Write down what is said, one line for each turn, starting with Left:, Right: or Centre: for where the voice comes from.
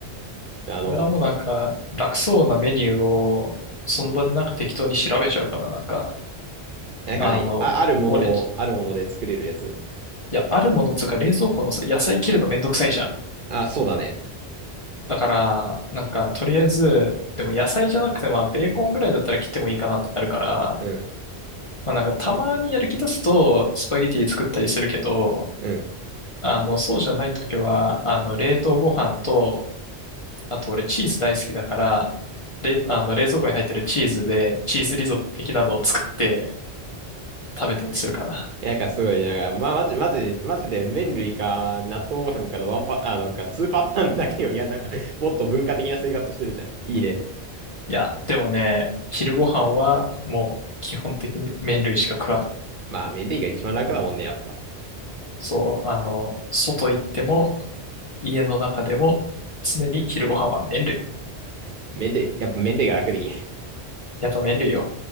Right: あの、
Left: これはもうなんか、
Right: そ
Left: 楽そうなメニューを、その場でなんか適当に調べちゃうかな、なんか。
Right: う。なんかね、
Left: あの、
Right: あ、あるものを、
Left: 俺、
Right: あるもので作れるやつ。
Left: いや、あるものっつうか冷蔵庫のさ、野菜切るのめんどくさいじゃん。
Right: あ、そうだね。
Left: だから、なんか、とりあえず、でも野菜じゃなくて、まあ、ベーコンぐらいだったら切ってもいいかなってなるから、
Right: うん。
Left: まあ、なんか、たまにやる気出すと、スパゲティ作ったりするけど、
Right: うん。
Left: あの、そうじゃないときは、あの、冷凍ご飯と、あと俺チーズ大好きだから、れ、あの、冷蔵庫に入ってるチーズで、チーズリゾット的なのを作って食べたりするかな。
Right: いや、なんかすごい、なんか、まあ、マジ、マジ、マジで麺類か納豆ご飯かのワンパ、あ、なんか2パターンだけより、いや、なんか、もっと文化的な生活してるじゃん。いいね。
Left: いや、でもね、昼ご飯は、もう、基本的に麺類しか食わない。
Right: まあ、麺類が一番楽だもんね、やっぱ。
Left: そう、あの、外行っても、家の中でも常に昼ご飯は麺類。
Right: 麺類、やっぱ麺類が楽でいいや。
Left: やっぱ麺類よ。